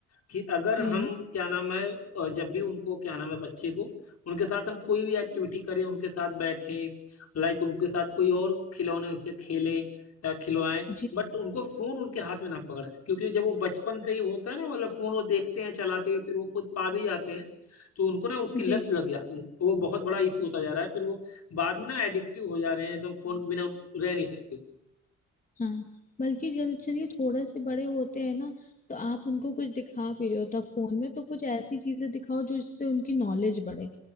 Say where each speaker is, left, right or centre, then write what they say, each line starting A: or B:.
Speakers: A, on the left; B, on the left.
A: कि अगर
B: हम्म
A: हम क्या नाम है अ, जब भी उनको क्या नाम है बच्चे को उनके साथ हम कोई भी एक्टिविटी करें उनके साथ बैठें लाइक उनके साथ कोई और खिलौने से खेलें या खिलवाएं
B: जी
A: बट उनको फोन उनके हाथ में ना पकड़ें क्योंकि जब वो बचपन से ही होता है ना मतलब फोन वो देखते हैं चलाते हुए फिर वो खुद पा भी जाते हैं तो उनको ना उसकी लत
B: जी
A: लग जा रही है वो बहुत बड़ा इशू होता जा रहा है फिर वो बाद में ना एडिक्टिव हो जा रहे हैं एकदम फोन के बिना उन- रह नहीं सकते
B: हाँ बल्कि जल चलिए थोड़े से बड़े होते हैं ना तो आप उनको कुछ दिखा भी रहे हो तब फोन में तो कुछ ऐसी चीजें दिखाओ जो इससे उनकी नॉलेज बढ़े